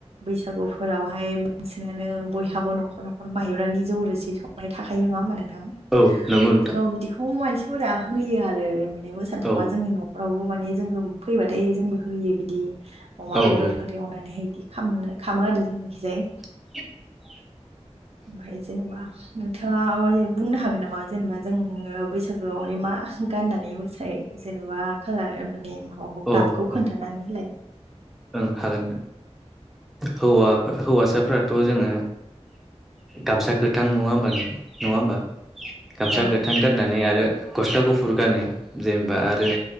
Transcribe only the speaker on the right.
बैसागुफोरावहाय नांसिनानो बयहाबो न'खर न'खर माहब्रानि जौरो संनाय थाखाय नङा होनबा नोंथां
बिदिखौ फोरा होयो आरो माने मोसानो थांबा
जोंनि न'र रावबो माने जोङो फैबाथाय जोंबो होयो बिदि अमा
बेदरफोर
ए एवनानैहाय बिदि खामो आरो जोंनाखिजाय
ओमफ्राय जेनेबा नोंथाङा म बुंनो हागोन नामा जेनेबा जोङो बैसागोआवहाय मा गाननानै मोसायो जेन'बा खाालार माने माबाखौ
गाबखौ खोन्थानानै
हलाय
औ